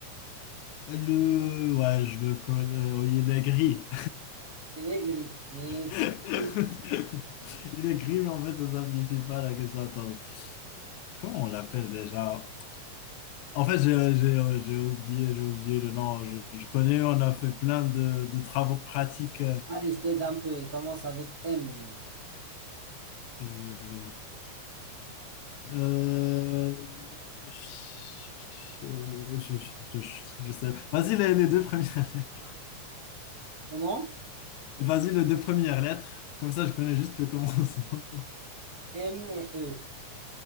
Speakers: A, on the left (about 80°); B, on the right (about 30°).
A: Le, ouais, je le connais. Oui, il est gris.
B: C'est aigri, mais...
A: <laughs>
B: c'est pas comme-
A: Il est gris, mais en fait, ça simplifie pas la question. Attends, comment on l'appelle déjà? En fait, j'ai j'ai, euh, j'ai oublié, j'ai oublié le nom. Je, je connais, on a fait plein de, de travaux pratiques.
B: Allez, je t'aide un peu. Il commence avec M.
A: euh, Euh, je, je, je- je- sais. Vas-y, les, les deux premières <laughs>
B: Comment?
A: Vas-y, les deux premières lettres. Comme ça, je connais juste le commencement.
B: M et E.